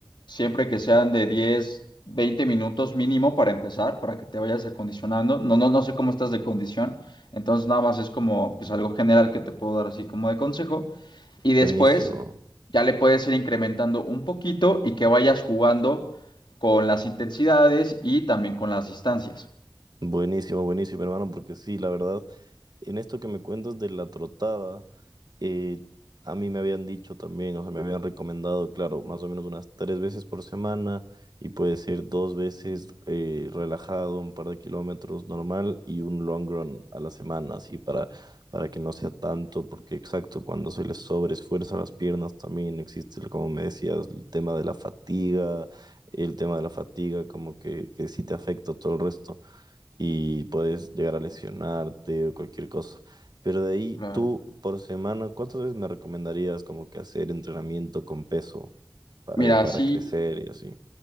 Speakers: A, on the left; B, on the right.
A: Siempre que sean de 10 20 minutos mínimo para empezar, para que te vayas acondicionando. No, no, no sé cómo estás de condición. Entonces nada más es como pues algo general que te puedo dar así como de consejo. Y después
B: Buenísimo.
A: ya le puedes ir incrementando un poquito y que vayas jugando con las intensidades y también con las distancias.
B: Buenísimo, buenísimo, hermano, porque sí, la verdad, en esto que me cuentas de la trotada, eh, a mí me habían dicho también, o sea, me habían recomendado, claro, más o menos unas tres veces por semana y puedes ir dos veces eh, relajado, un par de kilómetros normal y un long run a la semana, así para, para que no sea tanto, porque exacto, cuando se les sobreesfuerza las piernas también existe, como me decías, el tema de la fatiga, el tema de la fatiga como que, que sí te afecta todo el resto y puedes llegar a lesionarte o cualquier cosa. Pero de ahí,
A: Claro.
B: tú por semana, ¿cuántas veces me recomendarías como que hacer entrenamiento con peso para,
A: Mira,
B: para
A: sí,
B: crecer y así?